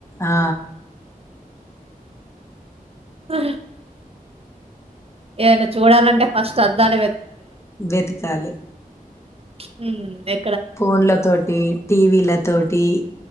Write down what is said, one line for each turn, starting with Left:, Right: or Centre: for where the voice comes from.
Left: ఆ
Right: ఆ ఏను చూడాలంటే ఫస్ట్ అద్దాల
Left: వెతకాలి
Right: నె
Left: పోన్ల తోటి టీ వీ ల తోటి